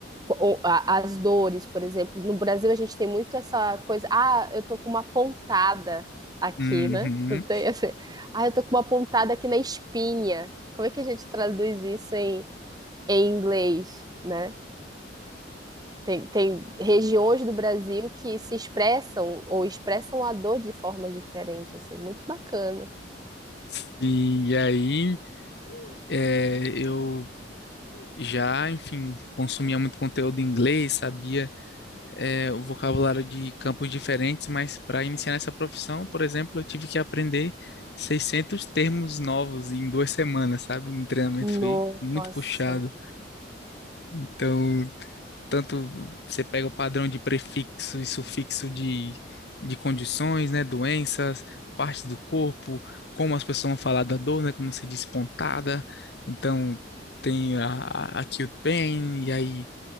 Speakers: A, on the right; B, on the left.
A: o- a- as dores, por exemplo. No Brasil a gente tem muito essa coisa, ah, eu tô com uma pontada aqui,
B: Uhum.
A: né? Não tem assim, ah, eu tô com uma pontada aqui na espinha. Como é que a gente traduz isso em, em inglês, né? Tem, tem regiões do Brasil que se expressam ou expressam a dor de forma diferente, assim, muito bacana.
B: Sim, e aí é, eu já, enfim, consumia muito conteúdo em inglês, sabia é, o vocabulário de campos diferentes, mas para iniciar nessa profissão, por exemplo, eu tive que aprender 600 termos novos em duas semanas, sabe? No treinamento
A: Nossa,
B: foi muito puxado. Então, tanto você pega o padrão de prefixo e sufixo de, de condições, né, doenças, partes do corpo, como as pessoas vão falar da dor, né, como se diz pontada, então tem a, a acute pain, e aí